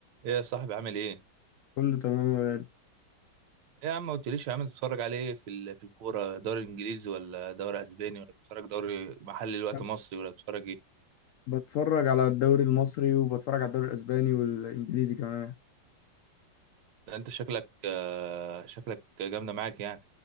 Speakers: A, on the right; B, on the left.
A: ايه يا صاحبي عامل ايه؟
B: كله تمام يا غالي
A: ايه يا عم ما قلتليش يا عم بتتفرج على ايه في ال- في الكوره دوري انجليزي ولا دوري اسباني ولا بتتفرج دوري محلي الوقت
B: أنا
A: مصري ولا بتتفرج ايه؟
B: بتفرج على الدوري المصري وبتفرج على الدوري الاسباني والانجليزي كمان
A: لا انت شكلك آه، شكلك جامده معاك يعني